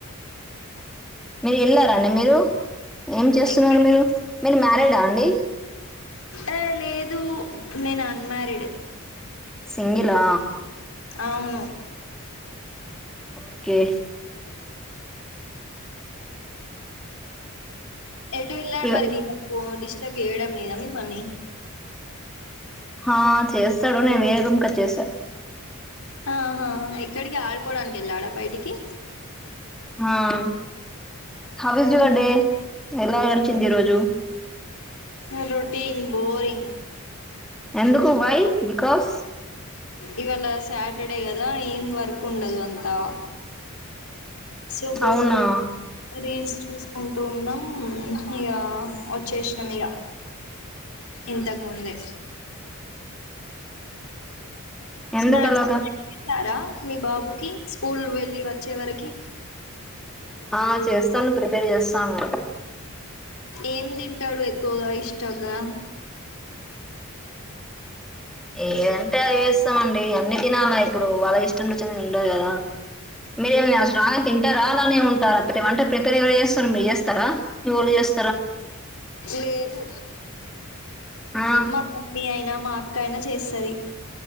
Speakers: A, in the centre; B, on the left.
A: మీరు వెళ్లరా అండి మీరు ఏం చేస్తున్నారు
B: ఎక్కడి
A: మీరు మీరు మ్యారీడా అండి?
B: ఏ లేదు నేను అన్మారీడ్.
A: సింగిలా
B: అవును
A: ఓకే.
B: ఎటు వెళ్ళాడు
A: ఇవ
B: మరి మీ బాబు డిస్టర్బ్ చేయడం లేదా మిమ్మల్ని.
A: ఆ చేస్తాడు నేను వేరే రూమ్ కొచ్చేశా.
B: ఆ హాఁ ఎక్కడికి ఆడుకోవడానికి వెళ్ళాడా బయటికి.
A: హాం how is
B: um.
A: Your day? ఎలా గడిచింది ఈ రోజు?
B: రొటీన్ బోరింగ్
A: ఎందుకు వై బికాస్
B: ఇవాళ సాటర్డే కదా ఏం వర్క్ ఉండదు అంతా. సో బోర్
A: అవునా
B: రీల్స్ చూసుకుంటు ఉన్నాం ఇగా వచ్చేసినం ఇగ ఇంతకు ముందే
A: ఎందుకు
B: స్నాక్స్
A: అలాగా
B: ఏమన్నా చేశారా మీ బాబుకి స్కూల్ వెళ్ళి వచ్చే వరకి.
A: ఆ చేస్తాను ప్రిపేర్ చేస్తాను కదా.
B: ఏం తింటాడు ఎక్కువగా ఇష్టగా
A: ఏదంటే అది చేస్తామండి అన్ని తినాలా ఇప్పుడు వాళ్ళ ఇష్టం వచ్చింది ఉండదు కదా. మీరేమన్నా <unintelligible> తిం ట రాగానే ఉంటా అంటే ప్రిపేర్ ఎవరు చేస్తరు, మీరు చేస్తారా మీవోళ్ళు చేస్
B: లేదు
A: ఆ
B: మా మమ్మీ అయినా మా అక్క అయినా చేస్తాది